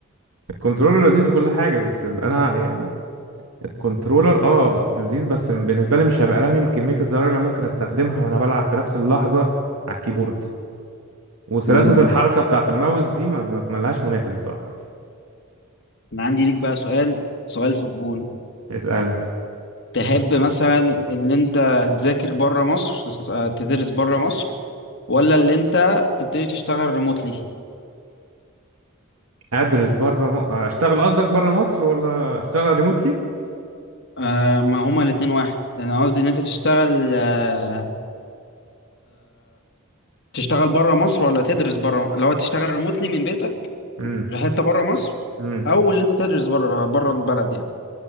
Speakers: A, on the right; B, on the left.
A: الكنترولر لذيذ وكل حاجه بس ال- انا يعني الكنترولر اه ب- لذيذ بس بالنسبه لي مش هبقى لامم كميه الزراير اللي ممكن استخدمها وانا بلعب في نفس اللحظه على الكيبورد وسلاسه
B: مم.
A: مم. الحركه بتاعه الماوس دي ما ما- ما لهاش منافس بصراحه
B: انا عندي ليك بقى سؤال سؤال في الجون
A: اسال
B: تحب مثلا اللي انت تذاكر بره مصر تس- آه، تدرس بره مصر ولا اللي انت تبتدي تشتغل ريموتلي
A: ادرس بره م... اشتغل قصدك بره مصر ولا اشتغل ريموتلي
B: آه ما هما الاتنين واحد انا قصدي ان انت تشتغل آه تشتغل بره مصر ولا تدرس بره اللي هو تشتغل ريموتلي من بيتك
A: امم
B: في حته بره مصر
A: امم
B: او اللي انت تدرس بره بره البلد يعني